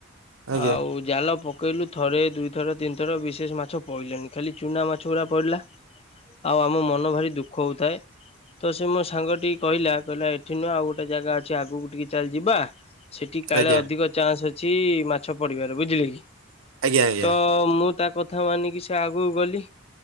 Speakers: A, on the right; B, on the left.
A: ଆଜ୍ଞା
B: ଆଉ ଜାଲ ପକେଇଲୁ ଥରେ ଦୁଇଥର ତିନି ଥର ବିଶେଷ ମାଛ ପଡ଼ିଲଣିି ଖାଲି ଚୁନା ମାଛ ଗୁଡ଼ା ପଡ଼ିଲା ଆଉ ଆମ ମନ ଭାରି ଦୁଃଖ ହଉଥାଏ ତ ସେ ମୋ ସାଙ୍ଗଟି କହିଲା କହିଲା ଏଠି ନୁହେଁ ଆଉ ଗୋଟେ ଜାଗା ଅଛି ଆଗକୁ ଟିକେ ଚାଲ ଯିବା ସେଠି କାଳେ
A: ଆଜ୍ଞା
B: ଅଧିକ ଚାନ୍ସ ଅଛି ମାଛ ପଡିବାର ବୁଝିଲେ କି
A: ଆଜ୍ଞା ଆଜ୍ଞା।
B: ତ ମୁଁ ତାକୁ କଥା ମାନିକି ସେ ଆଗକୁ ଗଲି